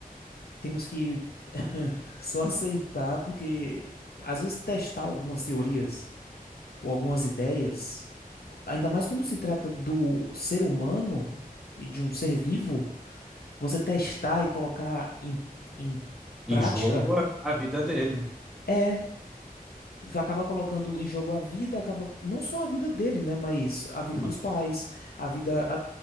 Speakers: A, on the left; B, in the centre.
A: temos que <laughs> só aceitar, porque às vezes testar algumas teorias. ou algumas ideias, ainda mais quando se trata do ser humano e de um ser vivo, você testar e colocar em, em
B: Em
A: prática
B: jogo, a, a vida é dele.
A: é, é, acaba colocando em jogo a vida, acaba não só a vida dele, né, mas a vida
B: Mas
A: dos pais, a vida, a,